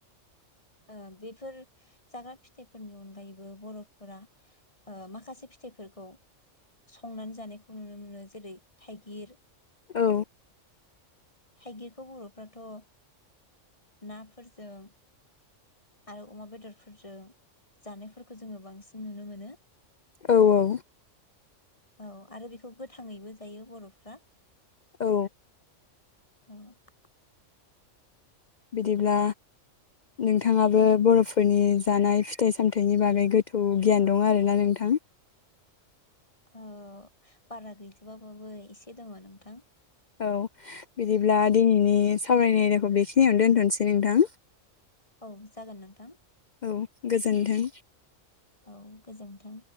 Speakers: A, on the left; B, on the left.
A: ओ बेफोर जाग्रा फिथाइफोरनि अनगायैबो बर'फोरा ओ माखासे फिथाइफोरखौ संनानै जानायखौ नुनो मोनो जेरै थायगिर,
B: औ।
A: थाइगिरखौ बर'फ्राथ' ओ नाफोरजों आरो अमा बेदरफोरजों जानायफोरखौ जोङो बांसिन नुनो मो
B: औ औ।
A: औ आरो बेखौ गोथाङैबो जायो बर'फ्रा
B: औ।
A: <inaudible>
B: बिदिब्ला नोंथाङाबो बर'फोरनि जानाय फिथाइ सामथाइनि बागै गोथौ गियान दं आरोना नोंथां।
A: ओ बारा गैजोबा बाबो एसे दङ' नोंथां।
B: औ। बिदिब्ला दिनैनि सावरायनाय आयदाखौ बेखिनियावनो दोन्थनोसै नोंथां।
A: औ जागोन नोंथां।
B: औ गोजोन्थों।
A: औ गोजोन्थों।